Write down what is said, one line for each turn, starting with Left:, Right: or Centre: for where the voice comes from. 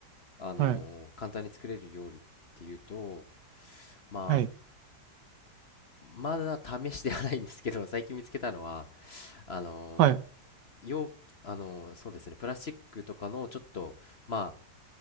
Left: あの簡単に作れる料理っていうと
Right: はい。
Left: まあ
Right: はい。
Left: まだ試してはないんですけど <laughs> 最近見つけたのはあの
Right: はい。
Left: 容あのそうですねプラスチックとかのちょっとまあ